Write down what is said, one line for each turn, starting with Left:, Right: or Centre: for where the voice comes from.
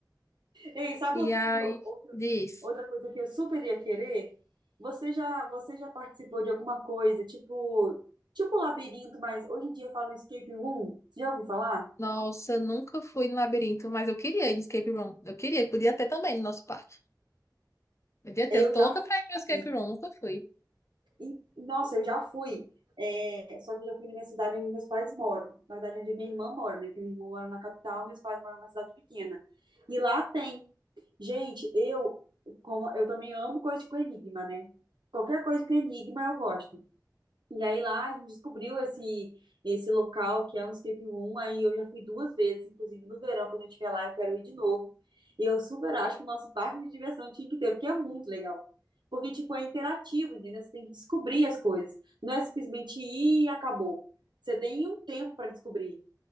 Right: Ei, sabe
Left: e
Right: outro-
Left: aí
Right: outro-
Left: diz,
Right: outra coisa que eu super ia querer? Você já, você já participou de alguma coisa, tipo, tipo um labirinto, mas hoje em dia fala escape room? Você já ouviu falar?
Left: nossa, nunca fui no labirinto, mas eu queria ir no escape room. Eu queria, podia ter também no nosso parque. Podia ter,
Right: Eu
Left: eu tô
Right: já
Left: louca pra ir no escape
Right: fui.
Left: room, nunca fui.
Right: E, nossa, eu já fui. É, só que eu já fui na minha cidade onde meus pais moram. Na verdade, onde minha irmã mora, né? Porque minha irmã mora na capital, meus pais moram numa cidade pequena. E lá tem. Gente, eu, como, eu também amo coisa com enigma, né? Qualquer coisa com enigma eu gosto. E aí lá a gente descobriu esse, esse local que é um escape room. Aí eu já fui duas vezes, inclusive no verão, quando eu estiver lá, eu quero ir de novo. E eu super acho que o nosso parque de diversão tinha que ter, porque é muito legal. Porque, tipo, é interativo, entendeu? Você tem que descobrir as coisas. Não é simplesmente ir e acabou. Você tem um tempo para descobrir.